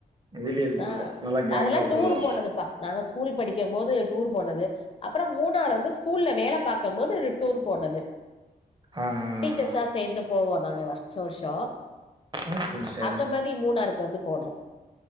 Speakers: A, on the right (about 30°); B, on the left (about 35°).
A: வெளியில்
B: ந
A: போயிடுவோ நல்லா கேங்கா
B: அதெல்லா டூரு
A: போயிடுவோ
B: போனதுப்பா நாங்க ஸ் கூல் படிக்கம் போது டூரு போனது அப்புறோ மூணாறு வந்து ஸ்கூல்ல வேல பாக் க்கம் போது டூரு போனது
A: ஆ
B: டீச்சர்ஸா
A: ஆ
B: சேந்து போவோ நாங்க வர் ஷோ வர்ஷோ
A: ஓகேங்க சார்
B: அந்த மாரி மூணாருக்கு வந்து போனோ